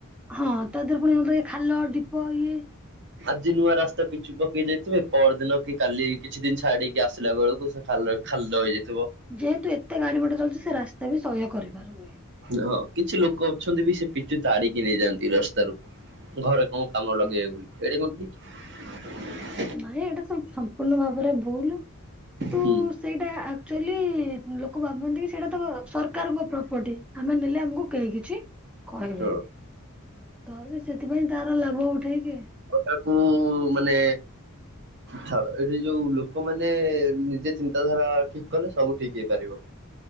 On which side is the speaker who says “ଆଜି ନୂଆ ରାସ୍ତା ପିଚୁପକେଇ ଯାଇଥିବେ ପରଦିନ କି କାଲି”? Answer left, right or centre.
Right